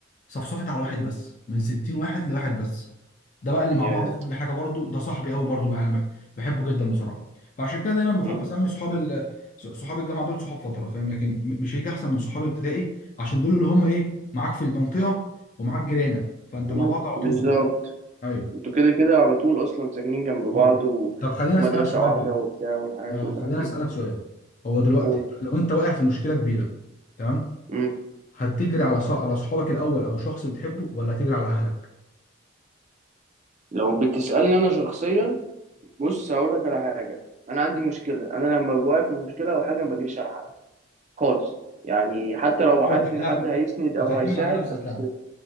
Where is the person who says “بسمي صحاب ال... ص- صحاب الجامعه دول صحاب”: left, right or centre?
Left